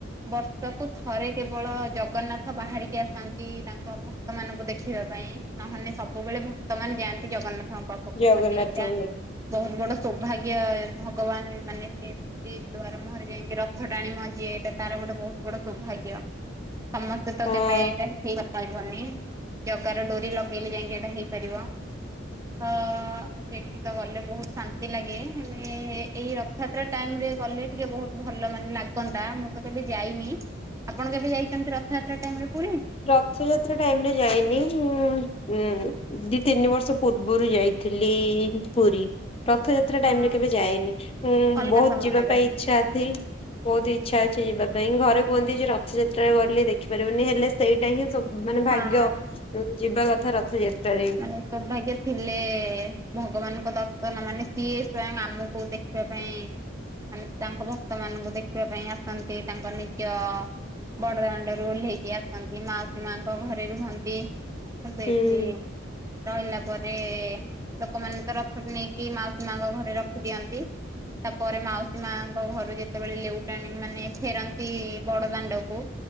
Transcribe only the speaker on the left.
ଜଗନ୍ନାଥଙ୍କୁ
ନେଇ
ହଁ।
ରଥଯାତ୍ରା ଟାଇମ ରେ ଯାଇନି। ମୁଁ ଉଁ ଦି ତିନି ବର୍ଷ ପୂର୍ବରୁ ଯାଇ ଥିଲି ପୁରୀ। ରଥଯାତ୍ରା
ଟାଇମ ରେ କେବେ ଯାଏନି, ଉଁ
ବହୁତ
ଯିବା ପାଇଁ ଚ୍ଛା ଥି ବହୁତ ଇଚ୍ଛା ଅଛି ଯିବା ପାଇଁ। ଘରେ କୁହନ୍ତି ଯେ ରଥଯାତ୍ରାରେ ଗଲେ ଦେଖିପାରିବନି ହେଲେ ସେଇଟା ହିଁ ସ ମାନେ ଭାଗ୍ୟ,
ଯିବା କଥା ରଥଯାତ୍ରାରେ।
ହୁଁ।